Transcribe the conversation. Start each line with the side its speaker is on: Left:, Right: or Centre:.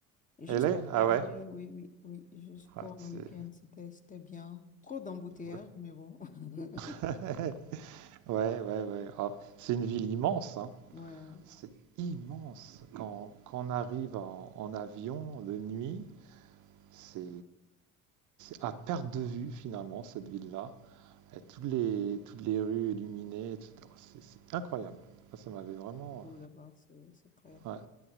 Left: Juste
Right: LA? Ah
Left: à
Right: ouais?
Left: LA, oui, oui, oui, juste
Right: Ah
Left: pour
Right: c'est
Left: le week-end, c'était, c'était bien. Trop d'embouteillages,
Right: ouais.
Left: mais bon. <laughs>
Right: <laughs> Ouais, ouais, ouais. Ah, c'est une ville immense, hein.
Left: Ouais,
Right: C'est immense. Quand quand on arrive en en avion de nuit, C'est à perte de vue finalement cette ville-là, avec toutes les, toutes les rues illuminées, etc. C'est c'est incroyable. Ça, m'avait vraiment
Left: beau là-bas, c'est c'est clair.
Right: euh, ouais,